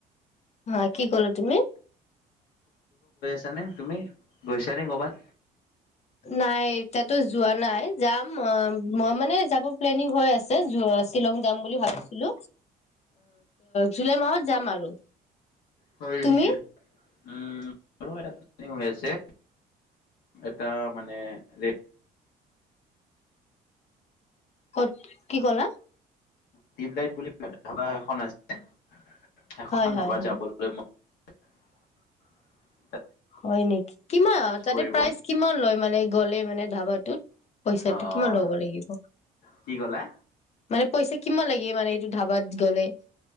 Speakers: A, on the left (about 40°); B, on the left (about 80°).
A: হয়, কি কলা তুমি?
B: এনে তুমি গৈছা নে কবাত?
A: নাই তাতো যোৱা নাই যাম মই, মই মানে যাব প্লেনিং হৈ আছে। শ্বিলং যাম বুলি ভাবিছিলো জুলাই মাহত যাম আৰু।
B: হয়,
A: তুমি
B: নেকি উম, এ', প্লেনিং হৈ আছে এটা মানে ৰে,
A: কত কি কলা?
B: টিউবলাইট বুলি ধাবা এখন আছে, সেখন
A: হয় হয়
B: ধাবাত
A: হয়
B: যাবলৈ মন। <unintelligible>
A: হয় নেকি? কিমান তাতে
B: কৰিব
A: প্ৰাইজ কিমান লয়? মানে গ'লেই মানে ধাবাটোত? পইচাটো
B: আহ
A: কিমান লব লাগিব?
B: কি ক'লা
A: মানে পইচা কিমান লাগে মানে এইটো ধাবাত গ'লে